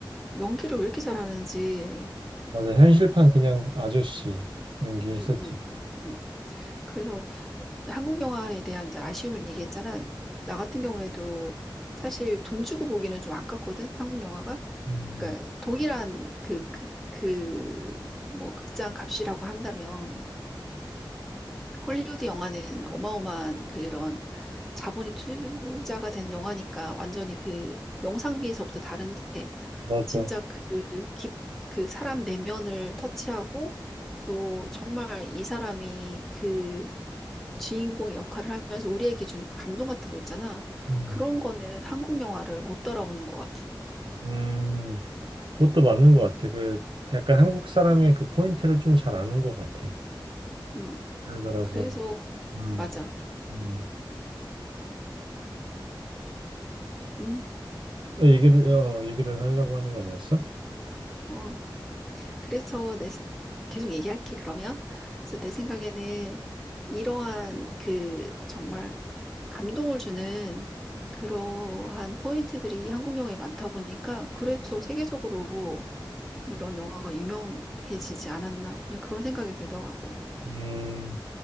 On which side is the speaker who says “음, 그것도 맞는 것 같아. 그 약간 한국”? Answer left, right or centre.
Right